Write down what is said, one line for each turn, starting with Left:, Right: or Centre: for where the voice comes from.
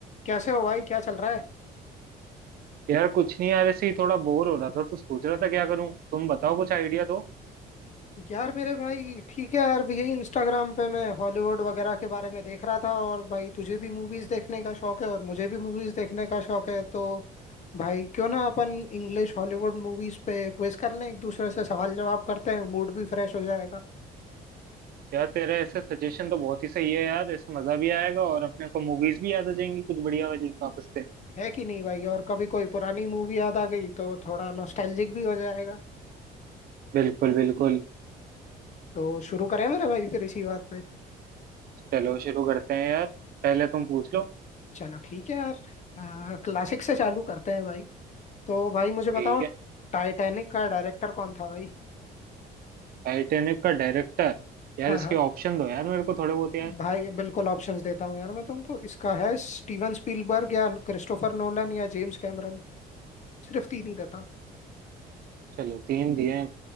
Left: कैसे हो भाई क्या चल रहा है
Right: यार कुछ नहीं यार ऐसे ही थोड़ा बोर हो रहा था तो सोच रहा था क्या करूं तुम बताओ कुछ आइडिया दो
Left: यार मेरे भाई ठीक है यार यही इंस्टाग्राम पे मैं हॉलीवुड वगैरह के बारे में देख रहा था और भाई तुझे भी मूवीज देखने का शौक है और मुझे भी मूवीज देखने का शौक है तो भाई क्यों ना अपन इंग्लिश हॉलीवुड मूवीज पे क्विज कर लें एक दूसरे से सवाल जवाब करते हैं मूड भी फ्रेश हो जाएगा
Right: यार तेरा ऐसे सजेशन तो बहुत ही सही है यार ऐसे मजा भी आएगा और अपने को मूवीज भी याद आ जाएंगी कुछ बढ़िया वाली वापस से
Left: है कि नहीं भाई और कभी कोई पुरानी मूवी याद आ गई तो थोड़ा नॉस्टैल्जिक भी हो जाएगा
Right: बिल्कुल बिल्कुल
Left: तो शुरू करें मेरे भाई फिर इसी बात पे
Right: चलो शुरू करते हैं यार पहले तुम पूछ लो
Left: चलो ठीक है यार क्लासिक से चालू करते हैं भाई तो भाई मुझे बताओ
Right: ठीक है
Left: टाइटैनिक का डायरेक्टर कौन था भाई
Right: टाइटैनिक का डायरेक्टर यार
Left: हाँ
Right: इसके
Left: हाँ
Right: ऑप्शन दो यार मेरे को थोड़े बहुत यार
Left: भाई बिल्कुल ऑप्शंस देता हूँ यार मैं तुमको इसका है स्टीवन स्पीलबर्ग या क्रिस्टोफर नोलन या जेम्स कैमरन सिर्फ तीन ही देता हूँ
Right: चलो तीन दिए हैं,